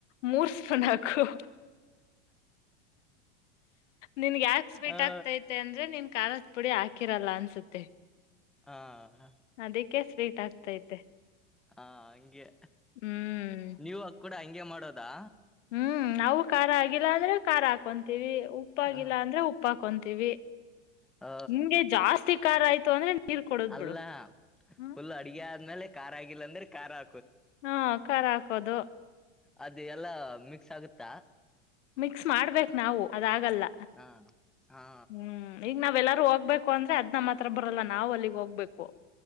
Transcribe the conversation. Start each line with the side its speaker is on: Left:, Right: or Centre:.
Left: ಮೂರ್ಸ್ಪಣಕು ನಿನ್ಗ ಯಾಕೆ ಸ್ವೀಟ್
Centre: ಆ
Left: ಆಗ್ತೈತೆ ಅಂದ್ರೆ ನಿನ್ ಖಾರದ ಪುಡಿ ಹಾಕಿರಲ್ಲ ಅನ್ಸುತ್ತೆ
Centre: ಹಾ ಹ
Left: ಅದಕ್ಕೆ ಸ್ವೀಟ್ ಆಗ್ತೈತೆ.
Centre: ಹಾ ಹಂಗೆ
Left: ಹ್ಮ್.
Centre: ನೀವು ಕೂಡ ಹಂಗೆ ಮಾಡೋದಾ
Left: ಹ್ಮ್ ನಾವು ಖಾರ ಆಗಿಲ್ಲ ಅಂದ್ರೆ ಖಾರ ಹಾಕೊಂತೀವಿ ಉಪ್ಪಗಲ್ಲ
Centre: ಹ
Left: ಅಂದ್ರೆ ಉಪ್ಪಾಕಂತ ತವಿ
Centre: ಹ
Left: ನಿಂಗೆ ಜಾಸ್ತಿ ಜಾಸ್ತಿ ಕಾರ ಆಯತು ಅಂದ್ರೆ ನೀರ್ ಕೊಡದ್
Centre: ಅಲ್ಲ
Left: ಬಿಡು ಹ್ಮ
Centre: ಫುಲ್ ಅಡ್ಗೆ ಆದ್ಮೇಲೆ ಕಾರ್ ಆಗಿಲ್ಲ ಅಂದ್ರೆ ಕಾರ್ ಆ
Left: ಹಾ ಖಾರ ಹಾಕೋದು
Centre: ಅದು ಎಲ್ಲಾ ಮಿಕ್ಸ್ ಆಗುತ್ತಾ
Left: ಮಿಕ್ಸ್ ಮಾಡ್ಬೇಕು ನಾವು ಅದಾಗಲ್ಲ
Centre: ಹ ಹಾ
Left: ಹ್ಮ್ ಈಗ್ ನಾವ್ ಅವೆಲ್ಲರೂ ಹೋಗ್ಬೇಕು ಅಂದ್ರೆ ಅದ ನಮ್ಮ ಹತ್ರ ಬರಲ್ಲ ನಾವ್ ಅಲ್ಲಿಗ್ ಹೋಗ್ಬೇಕು